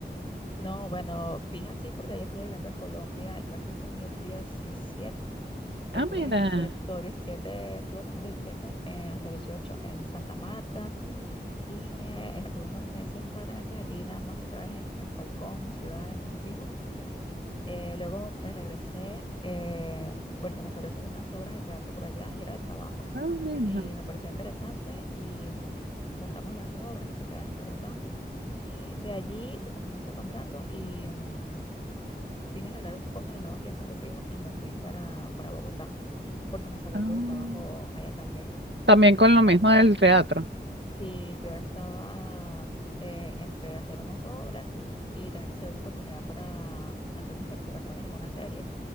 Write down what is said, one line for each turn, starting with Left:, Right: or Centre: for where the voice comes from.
Left: no, bueno, fija sí, porque yo estuve viviendo en Colombia, yo me fui en 2017. estuve
Right: Ah, mira,
Left: en 17, todo 17, todo el dos mil diecisiete eh, hasta 18 en Santa Marta, vine, estuve unos meses, un par de meses aquí, nada más otra vez en, en Falcón, mi ciudad, en Punto Fijo. Eh, luego me regresé eh, porque me salió a hacer unas obras de teatro por allá y era de trabajo
Right: ah, mira.
Left: y me pareció interesante y mm, montamos las obras, no sé qué, nos presentamos y de allí se terminó ese contrato y mm, vine a arreglar unas cosas de nuevo aquí en Punto Fijo y me fui para, para Bogotá porque me salió
Right: Ah.
Left: algo de trabajo allá también.
Right: También con lo
Left: En-
Right: mismo del teatro.
Left: sí, yo estaba eh, entre hacer unas obras y también me salió una oportunidad para hacer unas participaciones en una serie